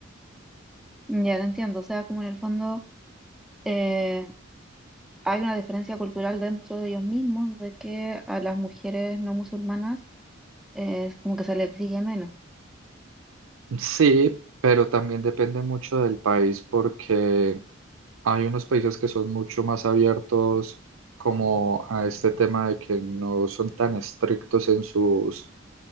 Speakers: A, in the centre; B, on the right.
A: Ya te entiendo, o sea, como en el fondo eh, hay una diferencia cultural dentro de ellos mismos de que a las mujeres no musulmanas es como que se le exige menos.
B: Sí, pero también depende mucho del país porque hay unos países que son mucho más abiertos como a este tema de que no son tan estrictos en sus,